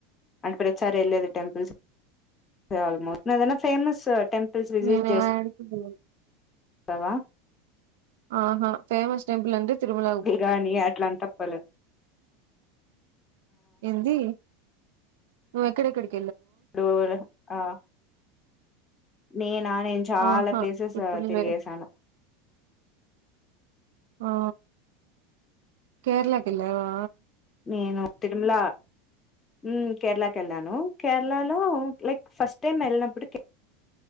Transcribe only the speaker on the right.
నేను
యాడికి పోలే
ఆహా ఫేమస్ టెంపుల్ ఏంది తిరుమల
ఇది నువ్వు ఎక్కడ ఎక్కడికి
ఆహా
ట్రిప్పుల్
లే ఆ కేరళకేల్లవా